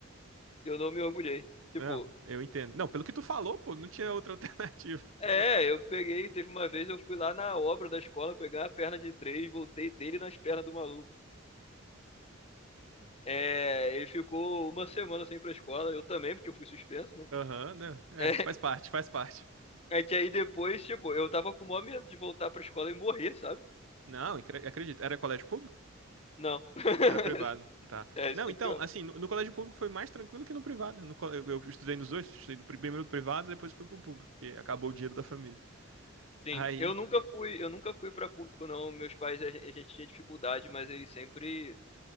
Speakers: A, on the left; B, on the right.
A: que eu não me orgulhei. Tipo,
B: Não, eu entendo. Não, pelo que tu falou, pô, não tinha outra <laughs> alternativa.
A: é, eu peguei, teve uma vez eu fui lá na obra da escola pegar a perna de três, voltei dele nas pernas do maluco. É, ele ficou uma semana sem ir pra escola, eu também, porque eu fui suspenso, né?
B: Aham, né? É,
A: <laughs>
B: faz parte, faz parte.
A: É que aí depois, tipo, eu tava com o maior medo de voltar pra escola e morrer, sabe?
B: Não, incre- acredito. Era colégio público?
A: Não. <laughs>
B: Era privado, tá.
A: É,
B: Não,
A: isso que
B: então,
A: é pior.
B: assim, no, no colégio público foi mais tranquilo que no privado. No, co- eu, eu estudei nos dois, estudei no pri- primeiro no privado, depois fui pro público, porque acabou o dinheiro da família.
A: Sim,
B: Aí,
A: eu nunca fui, eu nunca fui pra público, não. Meus pais, a gen- a gente tinha dificuldade, mas eles sempre